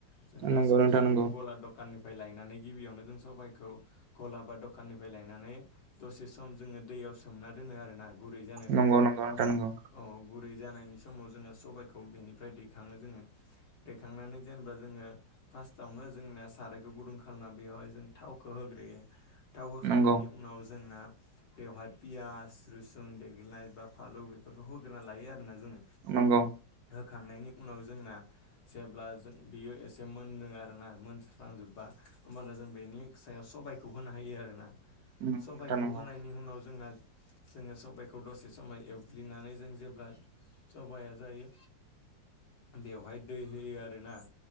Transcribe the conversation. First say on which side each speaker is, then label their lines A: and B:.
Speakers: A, on the left (about 75°); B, on the right (about 65°).
A: जों
B: नंगौ
A: दा
B: नंगौ
A: सबखौ
B: नोंथां नंगौ
A: गला दखाननि फ्राय लायनानै गिबियावनो जों सबायखौ गला बा दखाननिफ्राय लायनानै दसे सम जोङो दै याव सोमना दोनो आरो ना गुरै जानो थाखाय
B: नंगौ नंगौ नोंथां नंगौ।
A: औ गुरै जानायनि समाव जोङो सबायखौ बेनिफ्राय दैखाङो जोङो रुखांनानै जेनेबा जोङो फार्स्टआवनो जोंना सारायखौ गुदुं खालामना बेवयावहाय जों थावखौ हो गोरोयो थाव
B: नंगौ
A: होखांनायनि उनाव जोंना बेवहाय पियास लोसन देग्लिनाय बा फानलु बेफोरखौ होग्रोना लायो आरोना जोङो
B: नंगौ
A: होखांनायनि उनाव जोंना जेब्ला जों बियो एसे मोनदों आरोना मोनस्रांजोबबा होमबानो जों बेनि सायाव सबाइखौ होनो हायो आरोना
B: नंगौ
A: सबाइखौ
B: नंगौ
A: होनायनि उनाव जोंना जोङो सबाइखौ दसे समाय एवग्लिनानै जों जेब्ला सबाया जायो। बेवहाय दै होयो आरोना